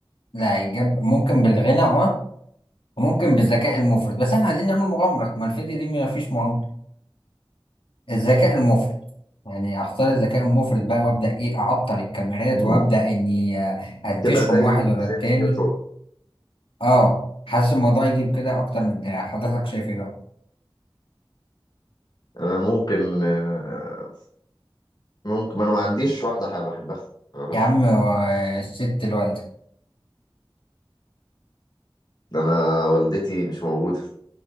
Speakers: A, on the left (about 80°); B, on the left (about 50°).
A: لا يتجاب ممكن بالغنى اه وممكن بالذكاء المفرط بس احنا عايزين نعمل مغامره ما الفيديو دي ما فيش مغامره الذكاء المفرط يعني اختار الذكاء المفرط بقى وابدا ايه اعطل الكاميرات
B: مم.
A: وابدا اني آه، انتشهم
B: تبقى زي
A: واحد ورا
B: جيمي
A: التاني
B: نيوترون
A: اه حاسس الموضوع يجيب كده اكتر من الدراع حضرتك شايف ايه بقى
B: انا ممكن آه، ممكن ما انا ما عنديش واحدة حابة احبها ما اعرفش
A: يا عم آه، الست الوالده
B: ده انا والدتي مش موجودة